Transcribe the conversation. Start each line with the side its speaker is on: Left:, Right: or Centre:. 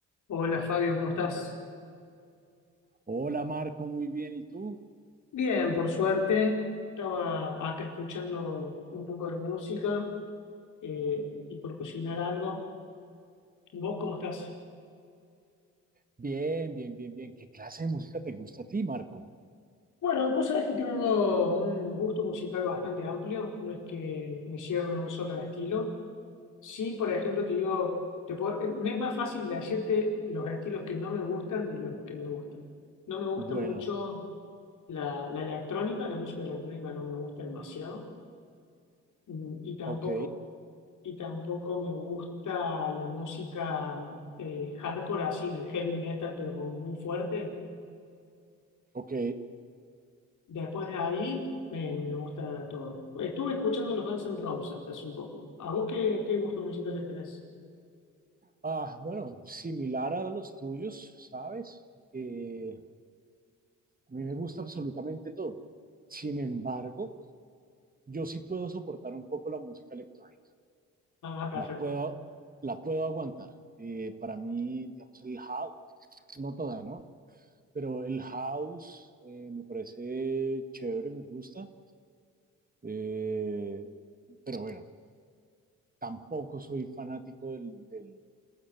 Left: Hola Fabio, ¿cómo estás?
Right: Hola Marco, muy bien. ¿Y tú?
Left: Bien, por suerte. Estaba acá escuchando un poco de música eh, y por cocinar algo. ¿Y ¿Vos cómo estás?
Right: Bien, bien, bien, bien. ¿Qué clase de música te gusta a ti, Marco?
Left: Bueno, vos sabés que tengo un gusto musical bastante amplio, no es que me cierro en un solo estilo. Sí, por ejemplo, te digo, te puedo- eh, me es más fácil decirte los estilos que no me gustan de los que me gustan. No me gusta
Right: Bueno,
Left: mucho la, la electrónica, la música electrónica no me gusta demasiado. Mm, Y tampoco,
Right: ok,
Left: y tampoco me gusta la música eh, hardcore, así el heavy metal, pero como muy fuerte.
Right: ok.
Left: Después de ahí me, me gusta todo. Estuve escuchando los Guns N' Roses hasta hace un poco. ¿A vos qué, qué gustos musicales tenés?
Right: Ah, bueno, similar a los tuyos, ¿sabes? Eh, a mí me gusta absolutamente todo. Sin embargo, yo sí puedo soportar un poco la música electrónica.
Left: Ah, perfecto.
Right: La puedo, la puedo aguantar. Eh, para mí, digamos, el house, no toda, ¿no? Pero el house eh, me parece chévere, me gusta. Eh, pero bueno, tampoco soy fanático del, del,